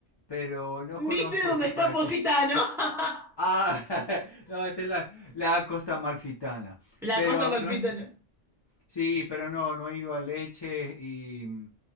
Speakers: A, on the left; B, in the centre.
A: pero no conozco
B: Ni sé dónde
A: esa
B: está
A: parte.
B: Positano. <laughs>
A: Ah, <laughs> no, esa es la, la costa amalfitana,
B: La
A: pero
B: costa amalfitana.
A: no es, sí, pero no, no he ido a Leche y mm,